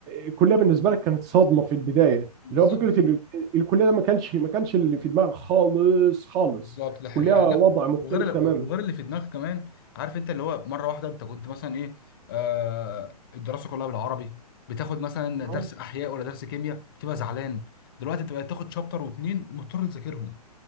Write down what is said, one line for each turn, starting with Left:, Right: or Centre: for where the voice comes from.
Right: الكليه بالنسبه لك كانت صدمه في البدايه
Left: بالظبط
Right: اللي هو فكره ال- الكليه ده ما كانش ما كانش اللي في دماغك خالص خالص
Left: بالظبط ده حقيقي
Right: كليه
Left: يعني لا
Right: وضع مختلف
Left: وغير
Right: تماما
Left: وغير اللي في دماغك كمان عارف انت اللي هو مره واحده انت كنت مثلا ايه آه الدراسه كلها بالعربي بتاخد مثلا
Right: آه.
Left: درس احياء ولا درس كيمياء بتبقى زعلان دلوقتي انت بقيت تاخد شابتر واتنين ومضطر تذاكرهم